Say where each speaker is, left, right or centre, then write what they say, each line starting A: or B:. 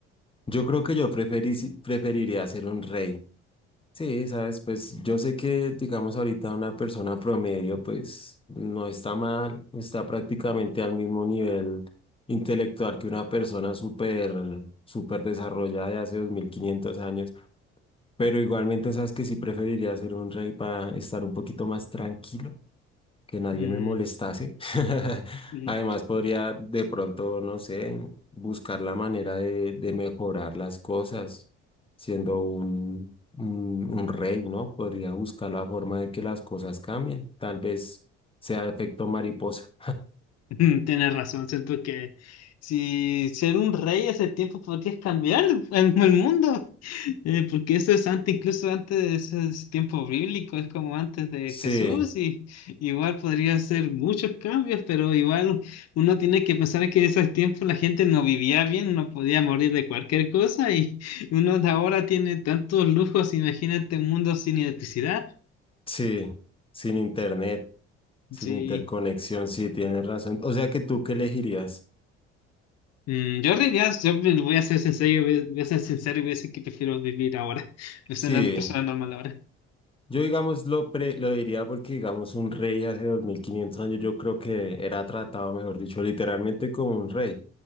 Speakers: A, on the left; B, on the left.
A: yo creo que yo preferí- preferiría ser un rey. Sí, sabes, pues yo sé que, digamos, ahorita una persona promedio, pues no está mal, está prácticamente al mismo nivel intelectual que una persona súper, súper desarrollada de hace 2500 años, pero igualmente sabes que sí preferiría ser un rey para estar un poquito más tranquilo que nadie
B: Mm,
A: me molestase. <laughs>
B: mm,
A: Además, podría de pronto, no sé, buscar la manera de, de mejorar las cosas, siendo un, un, un rey, ¿no? Podría buscar la forma de que las cosas cambien. Tal vez sea efecto mariposa.
B: <laughs> tienes razón, siento que si ser un rey hace tiempo podrías cambiar el, el mundo. Eh, porque eso es antes, incluso antes de ese tiempo bíblico, es como antes de
A: Sí,
B: Jesús, y igual podría hacer muchos cambios, pero igual uno tiene que pensar que en ese tiempo la gente no vivía bien, no podía morir de cualquier cosa, y <laughs> uno de ahora tiene tantos lujos, imagínate un mundo sin electricidad.
A: sí, sin internet, sin
B: Sí.
A: interconexión, sí, tienes razón. O sea que tú, ¿qué elegirías?
B: Mm, yo realidad, yo me- voy a ser sincero, voy a voy a ser sincero y voy a decir que prefiero vivir ahora, <laughs> ser
A: Sí.
B: una persona normal ahora.
A: Yo, digamos, lo, pre- lo diría porque, digamos, un rey hace 2500 años yo creo que era tratado, mejor dicho, literalmente como un rey.